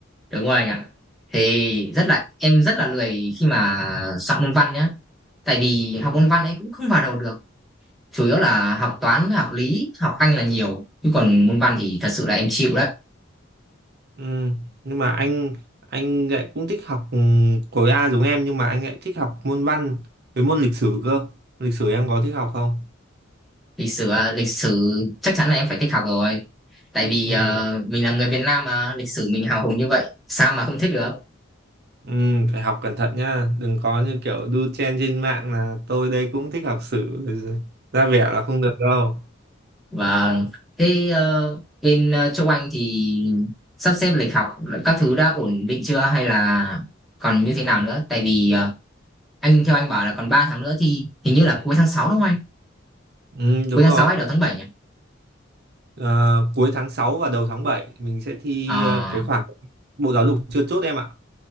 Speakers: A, in the centre; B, on the right.
A: đúng rồi anh ạ thì rất là em rất là lười khi mà soạn môn văn nhá tại vì học môn văn ấy cũng không vào đầu được chủ yếu là học toán với học lý học anh là nhiều chứ còn môn văn thì thật sự là em chịu đấy
B: Ừ, nhưng mà anh anh lại cũng thích học ừ, khối A giống em nhưng mà anh lại thích học môn văn với môn lịch sử cơ. Lịch sử em có thích học không?
A: lịch sử à, lịch sử chắc chắn là em phải thích học rồi tại vì
B: Ừ,
A: ờ, mình là người Việt Nam mà lịch sử mình hào hùng như vậy sao mà không thích được
B: ừ, phải học cẩn thận nha, đừng có như kiểu đu chen trên mạng là tôi đây cũng thích học sử ra vẻ là không được đâu.
A: và thế ờ, bên ờ, châu Anh thì sắp xếp lịch học các thứ đã ổn định chưa hay là còn như thế nào nữa tại vì ờ, anh theo anh bảo là còn 3 tháng nữa thì hình như là cuối tháng 6 đúng không anh
B: Ừ,
A: cuối
B: đúng
A: tháng
B: rồi.
A: 6 hay đầu tháng 7 nhỉ
B: Ờ, cuối tháng 6 và đầu tháng 7 mình sẽ thi
A: à
B: ờ, cái khoảng Bộ Giáo dục chưa chốt em ạ.